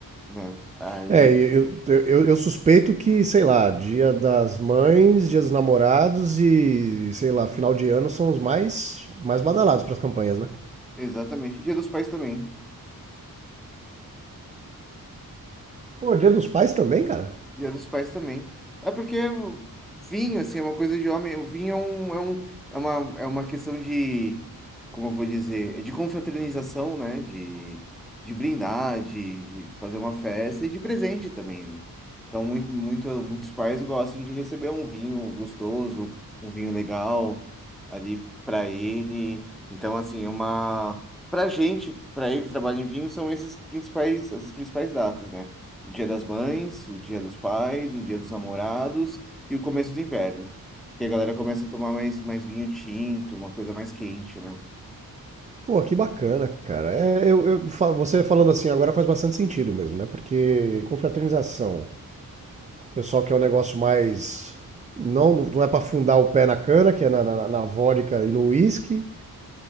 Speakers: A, in the centre; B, on the right (about 20°).
A: né? Aí,
B: É, eu, eu, eu- eu suspeito que, sei lá, dia das mães, dia dos namorados e, sei lá, final de ano são os mais, mais badalados pras campanhas, né?
A: exatamente. Dia dos Pais também.
B: Pô, dia dos pais também, cara?
A: Dia dos Pais também. É porque vinho, assim, é uma coisa de homem. O vinho é um, é um, é uma, é uma questão de, como eu vou dizer, de confraternização, né? De, de brindar, de, de fazer uma festa e de presente também, né? Então, muito, muito, muitos pais gostam de receber um vinho gostoso, um vinho legal ali para ele. Então, assim, é uma. Pra gente, pra eu que trabalha em vinho, são esses principais, essas principais datas, né? Dia das Mães, o Dia dos Pais, o Dia dos Namorados e o começo do inverno. Que a galera começa a tomar mais, mais vinho tinto, uma coisa mais quente, né?
B: Pô, que bacana, cara. É, eu, eu fa- você falando assim agora faz bastante sentido mesmo, né? Porque confraternização, o pessoal que é um negócio mais. Não, não é pra afundar o pé na cana, que é na, na, na vodka e no uísque,